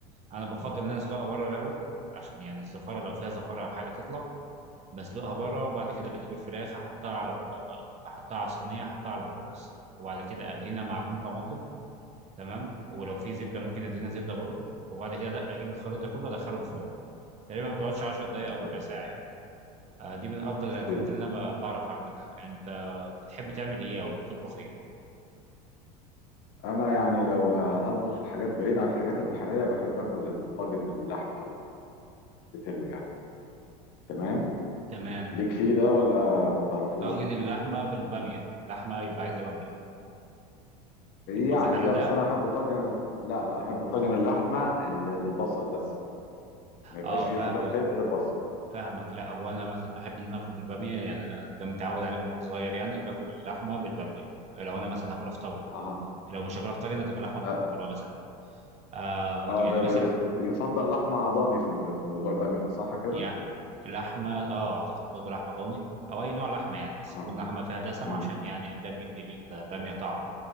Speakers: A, on the right; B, on the left.
A: انا بفضل ان انا اسلقها بره الاول عشان يعني الزفاره لو فيها زفاره او حاجه تطلع بسلقها بره وبعد كده بجيب الفراخ احطها على ال... احطها على الصينيه احطها على البطاطس وبعد كده ادهنها معجون طماطم تمام ولو في زبده ممكن ادهنها
B: تمام
A: زبده برضه وبعد كده أدق- اجيب الخليط ده كله ادخله الفرن تقريبا ما بتقعدش 10 دقائق او ربع
B: آه،
A: ساعه يعني آه، دي من افضل الاكلات
B: استوي
A: اللي انا ب- بعرف اعملها انت بتحب تعمل ايه او بتطبخ ايه
B: انا يعني لو ه- هطبخ الحاجات بعيد عن الحاجات البحريه بحب اكل الطاجن اللحمه البتلو يعني تمام
A: تمام
B: ليك فيه ده ولا ما تعرفوش
A: طاجن اللحمه بالباميه لحمه يبقى عايزه باميه انت قصدك
B: يعني
A: على
B: لا
A: ده
B: بس انا احب الطاجن لا لا احب الطاجن اللحمه اللي بالبصل بس ما يبقاش
A: اه
B: فيه
A: فاهمك
B: خضار تاني غير بصل
A: فاهمك لا هو انا مثلا بحب ان انا اكل بالباميه يعني انا ده متعود عليه من وانا صغير يعني باكل اللحمه بالباميه لو انا مثلا هاكلها في طاجن
B: اها
A: لو مش هاكلها في طاجن هتبقى لحمه
B: ده
A: محمره مثلا آه
B: اه
A: يعني
B: ده
A: مثلا
B: بيف- يفضل لحمه ضاني في ال- في موضوع الباميه ده صح كده
A: يعني لحمه اه اعتقد برضه لحمه ضاني او اي نوع لحمه يعني بس
B: اه
A: يكون لحمه فيها دسم
B: امم
A: عشان يعني ده بيدي للباميه طعم